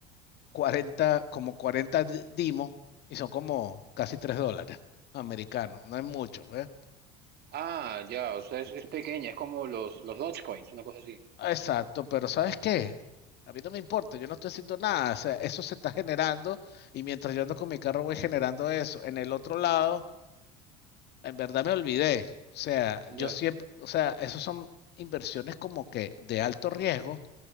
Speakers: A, on the left; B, on the right.
A: 40 como 40 dimos y son como casi 3 dólares americanos, no es mucho, ¿ves?
B: Ah, ya, o sea, es, es pequeña, es como los, los Dogecoins, una cosa así.
A: Exacto, pero ¿sabes qué? A mí no me importa, yo no estoy haciendo nada, o sea, eso se está generando y mientras yo ando con mi carro voy generando eso. En el otro lado, en verdad me olvidé, o sea,
B: Ya.
A: yo siempre, o sea, esos son inversiones como que de alto riesgo,